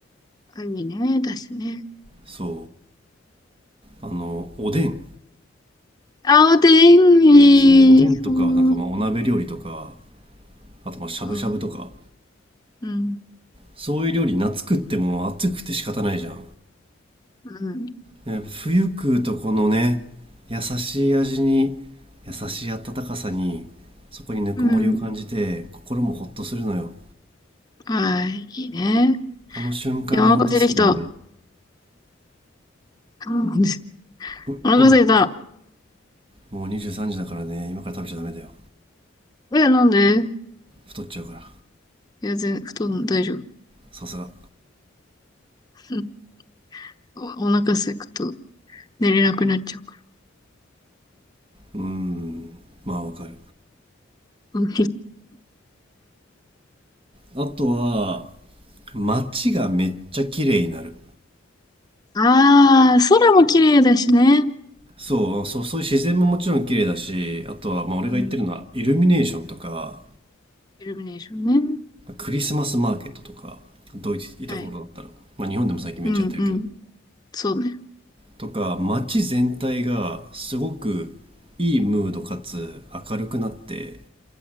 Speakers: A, on the left; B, on the right.
A: 神ね、だしね。
B: そうあのおでん
A: 青天に、
B: そうおでんとかなんかまあお鍋料理とか
A: うん、
B: あとまあしゃぶしゃぶとか
A: あうん、
B: そういう料理夏食っても暑くて仕方ないじゃん
A: うん、
B: やっぱ冬食うとこのね優しい味に優しい温かさにそこにぬくもりを感じて心もほっとするのよ
A: うん。はい、いいね。
B: あの瞬間がほんと好きだね
A: いや、お腹空いてきた。うん
B: ううん
A: お腹空いた。
B: もう23時だからね今から食べちゃダメだよ
A: え、なんで
B: 太っちゃうから
A: いや、全、布団大丈夫。
B: さすが
A: うんお、お腹空くと寝れなくなっちゃうか
B: うんまあわかる
A: ら。うん
B: あとは街がめっちゃ綺麗になる
A: ああ、空も綺麗だしね。
B: そうそうそういう自然ももちろん綺麗だしあとはまあ俺が言ってるのはイルミネーションとか
A: うん。イルミネーションね。
B: クリスマスマーケットとかドイツいた頃だったら、
A: はい。
B: まあ、日本でも最近めっちゃやってるけど
A: うん、うん。そうね。
B: とか街全体がすごくいいムードかつ明るくなって